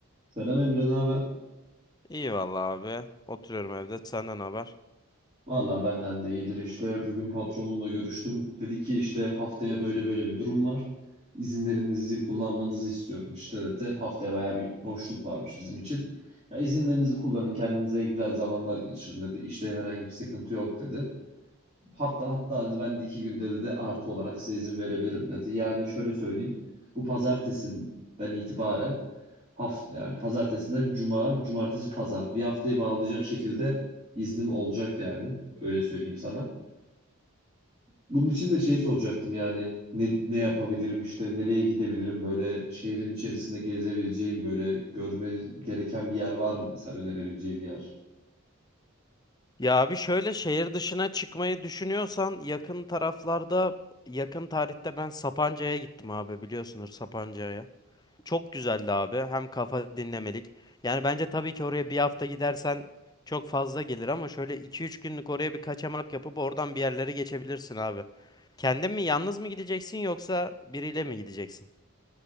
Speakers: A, on the right; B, on the left.
A: Selam Emre, ne haber?
B: İyi vallahi abi. Oturuyorum evde. Senden haber?
A: Vallahi benden de iyidir işte. Bugün patronumla görüştüm. Dedi ki işte haftaya böyle böyle bir durum var. İzinlerinizi kullanmanızı istiyorum işte dedi. Haftaya bayağı bir boşluk varmış bizim için. Ya izinlerinizi kullanın, kendinize güzel zamanlar geçirin dedi. İşte herhangi bir sıkıntı yok dedi. Hafta hatta dedi ben de iki günde dedi artı olarak size izin verebilirim dedi. Yani şöyle söyleyeyim. Bu pazartesinden itibaren hafta yani pazartesinden cuma, cumartesi pazar bir haftayı bağlayacak şekilde iznim olacak yani. Öyle söyleyeyim sana. Bunun için de şey soracaktım yani ne, ne yapabilirim işte nereye gidebilirim böyle şehrin içerisinde gezebileceğim böyle görme gereken bir yer var mı mesela önerebileceğim bir yer?
B: Ya abi şöyle şehir dışına çıkmayı düşünüyorsan yakın taraflarda yakın tarihte ben Sapanca'ya gittim abi biliyorsunuz Sapanca'ya. Çok güzeldi abi. Hem kafa dinlemelik. Yani bence tabii ki oraya bir hafta gidersen çok fazla gelir ama şöyle iki üç günlük oraya bir kaçamak yapıp oradan bir yerlere geçebilirsin abi. Kendin mi yalnız mı gideceksin yoksa biriyle mi gideceksin?